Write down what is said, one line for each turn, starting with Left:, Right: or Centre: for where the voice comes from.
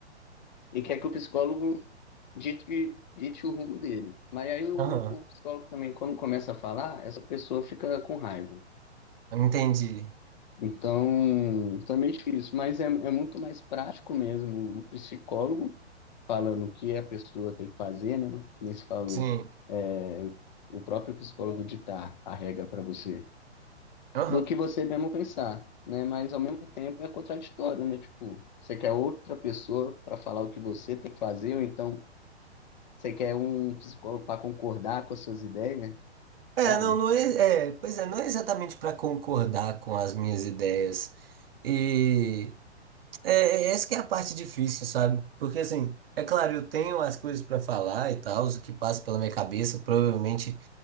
Left: e quer que o psicólogo dite, dite o rumo dele. Mas aí o,
Right: aham.
Left: o psicólogo também, quando começa a falar, essa pessoa fica com raiva.
Right: Entendi.
Left: Então, também é difícil, mas é, é muito mais prático mesmo o psicólogo falando o que a pessoa tem que fazer, né? Que nem se falou,
Right: Sim.
Left: é, o próprio psicólogo ditar a regra para você.
Right: Aham.
Left: do que você mesmo pensar, né? Mas ao mesmo tempo é contraditório, né? Tipo, você quer outra pessoa para falar o que você tem que fazer, ou então você quer um psicólogo para concordar com as suas ideias,
Right: É,
Left: sabe?
Right: não, não é, é. Pois é, não é exatamente para concordar com as minhas ideias. E é, é essa que é a parte difícil, sabe? Porque, assim, é claro, eu tenho as coisas para falar e tal, o que passa pela minha cabeça, provavelmente.